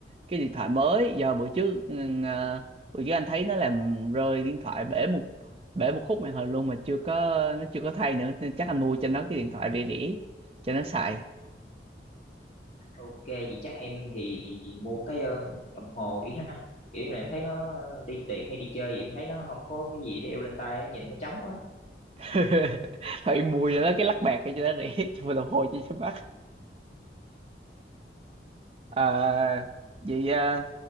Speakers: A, on the right; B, on the left.
A: cái điện thoại mới do bữa trước ừ, ờ, bữa trước anh thấy nó làm rơi điện thoại bể một bể một khúc màn hình luôn mà chưa có nó chưa có thay nữa nên chắc anh mua cho nó cái điện thoại rẻ rẻ cho nó xài
B: ok vậy chắc em thì mua cái ờ, đồng hồ đi ha kiểu như là em thấy nó đi tiệc hay đi chơi thì em thấy nó không có cái gì đeo lên tay á, nhìn nó trống quá
A: <laughs> thôi mua cho nó cái lắc bạc cho nó rẻ <laughs> cho đồng hồ chi cho mắc à, vậy ờ,